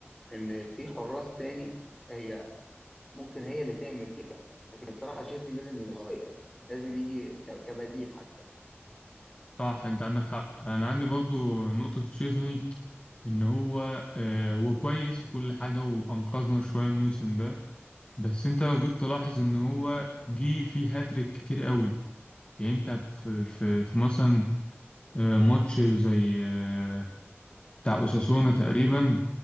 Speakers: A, in the centre; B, on the left.
A: إن في حراس تاني هي ممكن هي اللي تعمل كده لكن الصراحة تشيزني لازم يتغير لازم يجي ك- كبديل حتى
B: صح انت عندك حق انا عندي برضو نقطة تشيزني ان هو آه هو كويس وكل حاجة وانقذنا شوية الموسم ده بس انت لو جيت تلاحظ ان هو جه فيه هاتريك كتير قوي يعني انت في, في, في مثلا آه، ماتش زي آه، بتاع أوساسونا تقريبا